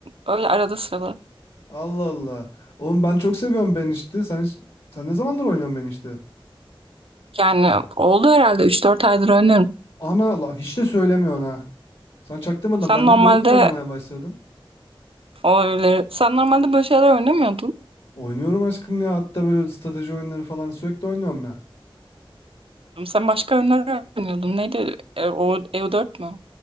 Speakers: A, on the right (about 75°); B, on the left (about 65°).
A: öyle arada sırada.
B: Allah Allah. Oğlum ben çok seviyorum Banished'i. Sen hiç, sen ne zamandır oynuyorsun Banished'i?
A: Yani oldu herhalde üç dört aydır oynuyorum.
B: Ana Allah hiç de söylemiyorsun ha. Sen çaktırmadan
A: Sen
B: benden
A: normalde
B: görüp mü oynamaya başladın?
A: o öyle, sen normalde böyle şeyler oynamıyordun.
B: Oynuyorum aşkım ya. Hatta böyle strateji oyunları falan sürekli oynuyorum ya.
A: Sen başka oyunlar oynuyordun. Neydi? E, o EU4 mü?